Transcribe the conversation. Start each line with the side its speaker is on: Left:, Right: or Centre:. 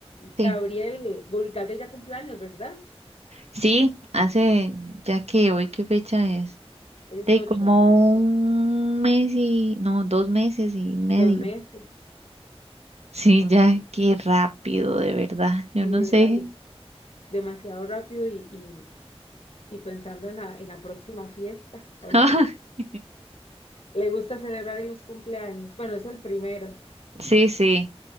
Right: sí.
Left: Gabriel, Gabriel ya cumplió años, ¿verdad?
Right: Sí, hace, ya que hoy, ¿qué fecha es?
Left: Hoy es
Right: De
Left: 8
Right: como
Left: de mayo,
Right: un mes y, no, dos meses y medio.
Left: dos meses.
Right: Sí,
Left: Ay,
Right: ya,
Left: sí,
Right: qué rápido, de verdad. Yo
Left: sí,
Right: no
Left: ¿verdad?
Right: sé.
Left: Demasiado rápido y, y y pensando en la, en la próxima fiesta,
Right: <laughs>
Left: ¿o no? ¿Le gusta celebrar en los cumpleaños? Bueno, es el primero.
Right: Sí, sí.